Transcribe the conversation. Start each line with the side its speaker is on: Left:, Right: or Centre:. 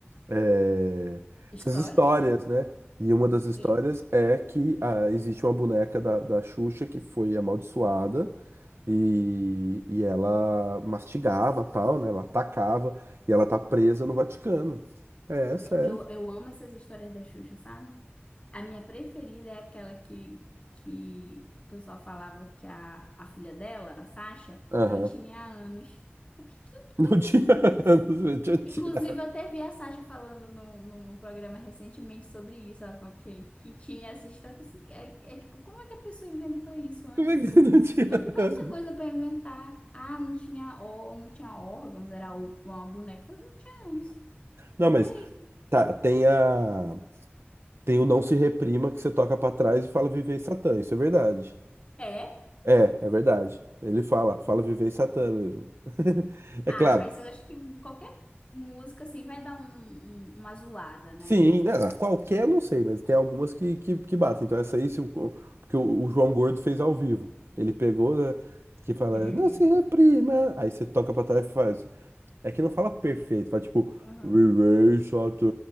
Right: É,
Left: Histórias?
Right: essas histórias, né? E uma das histórias
Left: E-
Right: é que ah, existe uma boneca da, da Xuxa que foi amaldiçoada E, e ela mastigava tal, né? Ela atacava e ela tá presa no Vaticano. É, sério.
Left: é, Eu, eu amo essas histórias da Xuxa, sabe? A minha preferida é aquela que, que o pessoal falava que a, a filha dela, a Sasha,
Right: Aham.
Left: não tinha anos. Eu fiquei, quem que pensou
Right: Não tinha
Left: nisso?
Right: <laughs> anos, meu, deixa eu
Left: Inclusive,
Right: tirar.
Left: eu até vi a Sasha falando num, num programa recentemente sobre isso, ela falou que, que tinha essa história. Eu falei assim, é, é tipo, como é que a pessoa inventou isso, né?
Right: Como é que <laughs> não tinha
Left: do- tanta
Right: anos?
Left: coisa para inventar. Ah, não tinha, ó, não tinha órgãos, era o- igual uma boneca. Eu falei, não tinha ânus.
Right: Não, mas
Left: É isso.
Right: tá, tem a. Tem o Não Se Reprima que você toca pra trás e fala Vivei Satã, isso é verdade.
Left: É?
Right: É, é verdade. Ele fala, fala Vivei Satã mesmo. <laughs> É
Left: Ah,
Right: claro.
Left: mas eu acho que qualquer música assim vai dar um- um- uma zoada, né?
Right: Sim, né, qualquer eu não sei, mas tem algumas que, que, que batem. Então essa aí, se o, porque o, o João Gordo fez ao vivo. Ele pegou, né, que fala,
Left: <laughs>
Right: não se reprima. Aí você toca pra trás e faz. É que não fala perfeito, fala tipo,
Left: Aham.
Right: viver chato,